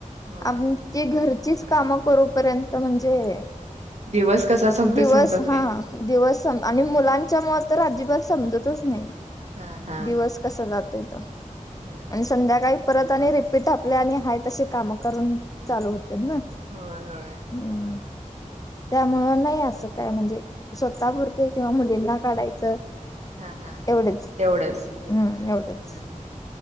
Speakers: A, on the right; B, on the left.
A: होय
B: आम ची घरचीच कामं करूपर्यंत म्हणजे.
A: दिवस कसा संपतोय
B: दिवस
A: समजत नाही
B: हा दिवस. आणि मुलांच्या मुळ तर अजिबात समजतच नाही
A: हा हा
B: दिवस कसा जातोय तो
A: हम्म हम्म
B: आणि संध्याकाळी परत आणि रिपीट आपले आणि हाय तशी कामं करून चालू होते ना.
A: होय होय.
B: हम् त्यामुळं नाही असं काय म्हणजे स्वतः पुर ते किंवा मुलींना काढायचं.
A: हा हा
B: एवढेच
A: तेवढंच
B: हम्म एवढेच
A: हम्म हम्म